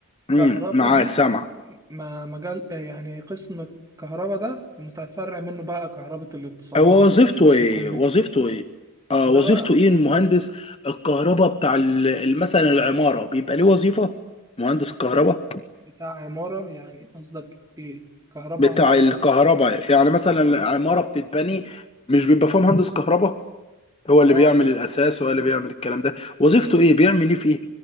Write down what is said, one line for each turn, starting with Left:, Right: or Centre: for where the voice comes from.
Left: مم،
Right: كهرباء
Left: معاك
Right: دي
Left: سامع
Right: ما مجال آه، يعني قسم الكهرباء ده متفرع منه بقى كهرباء الاتصالات
Left: هو وظيفته
Right: وكهرباء
Left: ايه
Right: الكمبيوتر
Left: وظيفته ايه اه
Right: ده
Left: وظيفته
Right: بقى
Left: ايه المهندس الكهرباء بتاع ال- ال- مثلا العمارة بيبقى ليه وظيفة مهندس الكهرباء
Right: بتاع عمارة يعني قصدك ايه كهرباء
Left: بتاع
Right: عمارة
Left: الكهرباء يعني مثلا العمارة بتتبني مش بيبقى فيها مهندس كهرباء هو اللي
Right: اه
Left: بيعمل
Right: إيه؟
Left: الاساس هو اللي بيعمل الكلام ده وظيفته ايه بيعمل ايه فيها